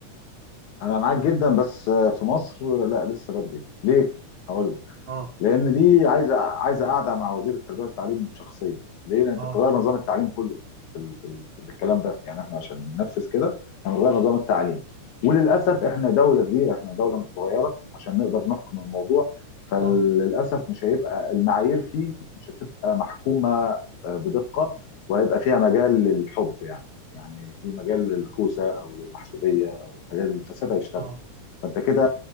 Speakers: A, on the left; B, on the right.
A: انا معاك جدا بس آه، في مصر آه، لا لسه بدري ليه هقول لك
B: اه
A: لان دي عايزه عايزه قاعده مع وزير التربيه والتعليم شخصيا ليه؟ لان انت
B: اه
A: بتغير نظام التعليم كله في ال- في ال- بالكلام ده يعني احنا عشان ننفذ كده احنا بنغير نظام التعليم وللاسف
B: اه
A: احنا دوله كبيره احنا دوله مش صغيره عشان نقدر نحكم الموضوع فللاسف
B: اه
A: مش هيبقى المعايير فيه مش هتبقى محكومه آه، بدقه وهيبقى فيها مجال للحب يعني يعني في مجال للكوسه او للمحسوبيه او الحاجات الفساد هيشتغل
B: اه
A: فانت كده